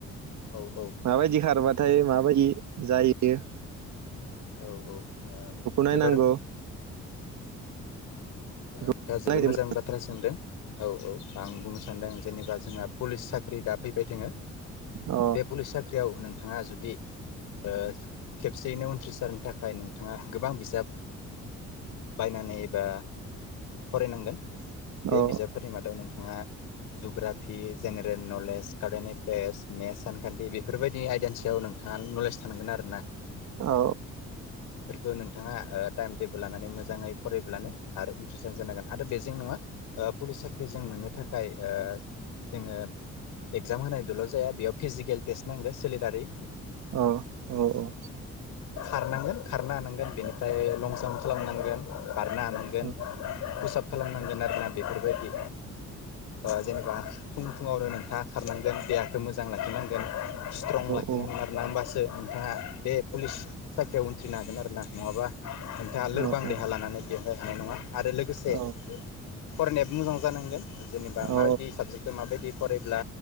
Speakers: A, on the left; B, on the right.
A: औ औ
B: माबायदि खारोबार नाथाय माबायदि जायो बेयो
A: औ औ ओ
B: नायनांगौ
A: जोबोर औ
B: बेखौ
A: नोंथाङा जोबोर
B: नागिरदोंमोन
A: मोजां बाथ्रा सोंदों। औ औ आं बुंनो सानदों जेनेबा जोंहा पुलिस साख्रि दा फैबाय दोङो।
B: अ
A: बे पुलिस साख्रियाव नों नोंथाङा जुदि ओ खेबसेयैनो उनथ्रिसा जारनि थाखाय नों थाङा गोबां बिजाब बायनानै एबा फरायनांगोन बे
B: औ
A: बिजाबफोरनि मादाव नोंथाङा geography general knowledge current affairs maths सानखान्थि बेफोरबायदि आयदानि सायाव नोंथाङा नलेज थानांगोन आरो ना।
B: औ
A: बेफोरखौ नोंथाङा ओ टाइम टेबोल लानानै मोजाङै फरायब्लानो आरो उनथ्रिसार जानांगोन आरो बेजों नङा ओ पुलिस साख्रि जों मोननो थाख थाखाय ओ जोङो एगजाम होनायदोल' जाया बेयाव फिजिकेल टेस्ट नांगो सलिलारि
B: औ औ औ
A: खारनांगोन खारनो हानांगोन बेनिफ्राय लं जाम्प खालामनांगोन बारनो हानांगोन
B: औ
A: फुसाब खालामनांगोन आरोना बेफोर बेबायदि आ जेनेबा फुं फुङावनो नोंथाङा खारनांगोन देहाखौ मोजां लाखिनांगोन। स्ट्रं लाखिनांगोन
B: औ
A: आरो ना होमबासो नोंथाङा बे पुलिस साख्रियाव उनथ्रिनो हागोन आरो ना। नङाबा नोंथाङा लोरबां
B: औ
A: देहा
B: औ
A: लानानै बेवहाय हानाय नङा आरो लोगोसे
B: औ
A: फरायनायाबो मोजां जानांगोन। जेनेबा
B: औ
A: माबायदि साबजेकखौ माबायदि फरायब्ला